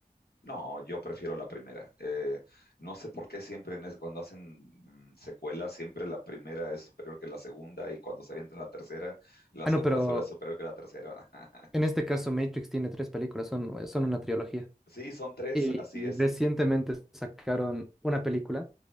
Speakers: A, on the left (about 85°); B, in the centre.
A: No, yo prefiero la primera. Eh, no sé por qué siempre en es- cuando hacen mm, secuelas, siempre la primera es superior que la segunda y cuando se avientan la tercera, la
B: Ah,
A: segunda
B: no, pero
A: solo es superior que la tercera. <laughs>
B: en este caso Matrix tiene tres películas, son, eh, son una trilogía.
A: Sí, son tres,
B: Y
A: así es.
B: recientemente sacaron una película,